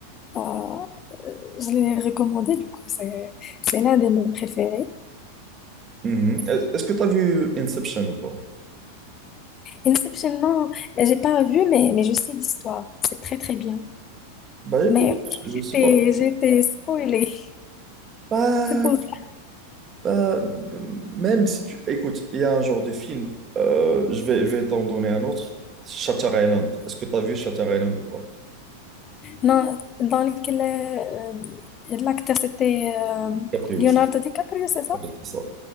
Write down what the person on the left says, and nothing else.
euh, je l'ai recommandé, du coup, c'est c'est l'un de mes préférés.
Inception, non, j'ai pas vu, mais, mais je sais l'histoire. C'est très, très bien.
Mais
j'étais,
j'étais spoilée.
C'est pour ça.
Non, dans lequel euh, l'acteur c'était euh,
Leonardo DiCaprio, c'est ça?